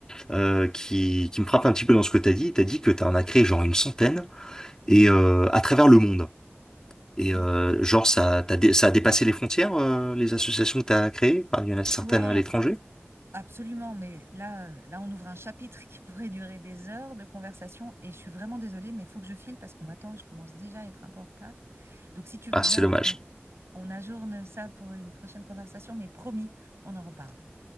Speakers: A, on the left; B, on the right.
A: euh, qui, qui me frappe un petit peu dans ce que t'as dit. T'as dit que t'en as créé genre une centaine
B: Mhm,
A: et euh, à travers le monde. Et
B: mhm.
A: euh, genre ça, t'as dé- ça a dépassé les frontières, euh, les associations que t'as créées. Enfin, il y en a certaines
B: Ouais,
A: à l'étranger.
B: Absolument, mais là, heu, là, on ouvre un chapitre qui <laughs> pourrait durer des heures de conversation et je suis vraiment désolée, mais il faut que je file parce qu'on m'attend et je commence déjà à être un peu en retard. Donc si tu veux
A: Ah,
B: bien,
A: c'est dommage.
B: on on ajourne ça pour une prochaine conversation, mais promis, on en reparle.